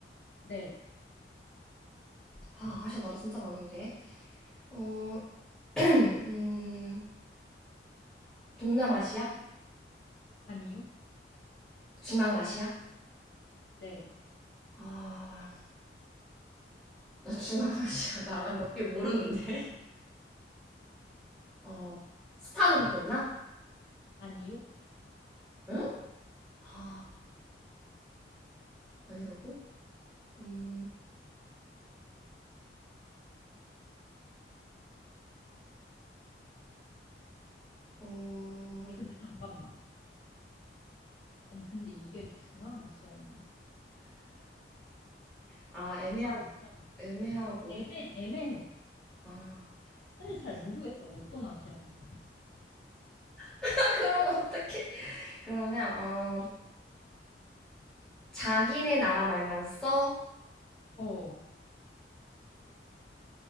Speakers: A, on the left; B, in the centre.
A: 네.
B: 아, 아시아 나라 진짜 많은데. 어, <clears throat> 음, 동남아시아?
A: 아니요?
B: 중앙아시아?
A: 네.
B: 아, 나 중앙아시아 나라 몇 개 모르는데. <laughs> 어, 스탄으로 끝나?
A: 아니요?
B: 응? 아, 아니라고? 음, 어,
A: 아니, 근데 잠깐만. 아니, 근데 이게 중앙아시아인가?
B: 아, 애매한,
A: 중앙아시아.
B: 애매하고,
A: 애매, 애매해.
B: 아.
A: 사실 잘 모르겠어. 어떤 아시아인지.
B: <laughs> 그럼 어떡해? 그러면, 어, 자기네 나라 말만 써?
A: 어,